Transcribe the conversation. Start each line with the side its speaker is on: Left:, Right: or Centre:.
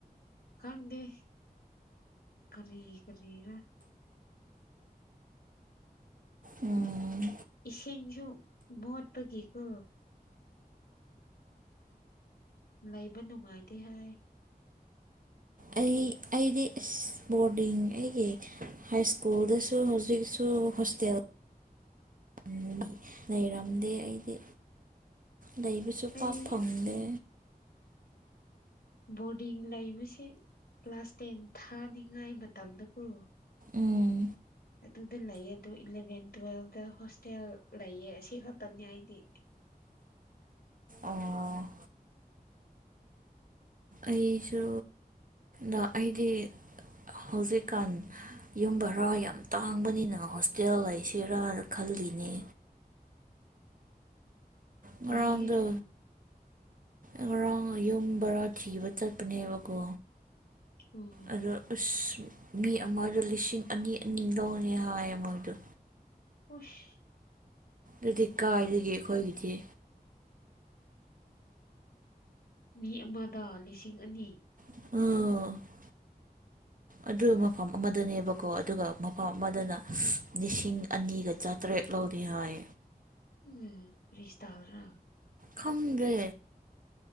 Left: ꯀꯔꯤ ꯀꯔꯤꯕ
Right: ꯎꯝ
Left: ꯏꯁꯤꯡꯁꯨ ꯃꯣꯠꯄꯒꯤꯀꯣ ꯂꯩꯕ ꯅꯨꯡꯉꯥꯏꯇꯦ ꯍꯥꯏ꯫ <inaudible>
Right: ꯑꯩ ꯑꯩꯗꯤ ꯕꯣꯔꯗꯤꯡ ꯑꯩꯒꯤ ꯍꯥꯏ ꯁ꯭ꯀꯨꯜꯗꯁꯨ ꯍꯧꯖꯤꯛꯁꯨ ꯍꯣꯁꯇꯦꯜ꯫
Left: <inaudible>
Right: <unintelligible> ꯂꯩꯔꯝꯗꯦ ꯑꯩꯗꯤ꯫ ꯂꯩꯕꯁꯨ
Left: ꯑꯩ
Right: ꯄꯥꯛ ꯐꯪꯗꯦ꯫
Left: ꯕꯣꯔꯗꯤꯡ ꯂꯩꯕꯁꯤ ꯀ꯭ꯂꯥꯁ ꯇꯦꯟ ꯊꯥꯅꯤꯡꯉꯥꯏ ꯃꯇꯝꯗꯀꯣ꯫
Right: ꯎꯝ
Left: ꯑꯗꯨꯗ ꯂꯩꯌꯦ ꯑꯗꯨ ꯏꯂꯦꯚꯦꯟ ꯇꯨꯋꯦꯜꯇ ꯍꯣꯁꯇꯦꯜ ꯂꯩꯌꯦ ꯑꯁꯤ ꯈꯛꯇꯅꯦ ꯑꯩꯗꯤ꯫
Right: ꯑꯣ꯫ ꯑꯩꯁꯨ ꯗꯣ ꯑꯩꯗꯤ ꯍꯧꯖꯤꯛꯀꯥꯟ꯫ ꯌꯨꯝꯕꯔꯥ ꯌꯥꯝ ꯇꯥꯡꯕꯅꯤꯅ ꯍꯣꯁꯇꯦꯜ ꯂꯩꯁꯤꯔꯥꯅ ꯈꯜꯂꯤꯅꯦ꯫
Left: <unintelligible>
Right: ꯉꯔꯥꯡꯗꯣ
Left: ꯂꯩꯔꯛꯣ
Right: ꯉꯔꯥꯡ ꯌꯨꯝ ꯕꯣꯔꯥ ꯊꯤꯕ ꯆꯠꯄꯅꯦꯕꯀꯣ
Left: ꯑꯣ
Right: ꯑꯗ ꯎ ꯃꯤ ꯑꯃꯗ ꯂꯤꯁꯤꯡ ꯑꯅꯤ ꯑꯅꯤ ꯂꯧꯅꯤ ꯍꯥꯏꯌꯦ ꯃꯣꯏꯗꯨ
Left: ꯑꯣꯁ
Right: ꯑꯗꯨꯗꯤ ꯀꯥꯏꯗꯒꯤ ꯑꯩꯈꯣꯏꯒꯤꯗꯤ
Left: ꯃꯤ ꯑꯃꯗ ꯂꯤꯁꯤꯡ ꯑꯅꯤ
Right: ꯎ ꯑꯗꯨ ꯃꯐꯝ ꯑꯃꯗꯅꯦꯕꯀꯣ ꯑꯗꯨꯒ ꯃꯐꯝ ꯑꯃꯗꯅ ꯂꯤꯁꯤꯡ ꯑꯅꯤꯒ ꯆꯥꯇ꯭ꯔꯦꯠ ꯂꯧꯗꯤ ꯍꯥꯏ
Left: ꯎꯝ ꯐꯔꯤꯁꯇꯥ꯭ꯔ
Right: ꯈꯪꯗꯦ